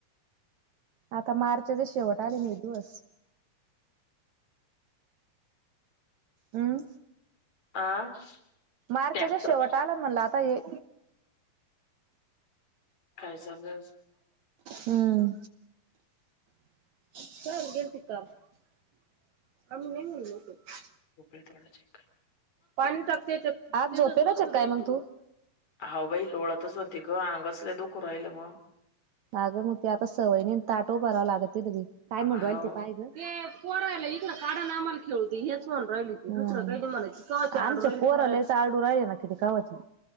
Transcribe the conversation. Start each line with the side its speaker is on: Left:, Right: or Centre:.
Right: आता मार्चच्या शेवट आले नाही दिवस. अम्म?
Left: आ?
Right: मार्चाच्या
Left: ट्रॅक्टर
Right: शेवट आला म्हणला आता हे.
Left: काय <unintelligible>
Right: हम्म. <unintelligible>
Left: <unintelligible>
Right: <unintelligible> आज झोपेल सकाळी मग तू?
Left: हा बाई लोळतचं होते ग अंगच लय दुखु राहिलं मग.
Right: अगं मग ते आता सवय नई ताट उभाराव लागत ते दी काय म्हणू
Left: हाव.
Right: राहील ते पाय ग. ते पोराले इकडं काढा अन् आम्हाला खेळू दे हेच म्हणून राहिली, ते दुसरं काय तुम्हाला? आमच्याकडे पोरं लईचं आरडू राहिले ना. <unintelligible> गावाची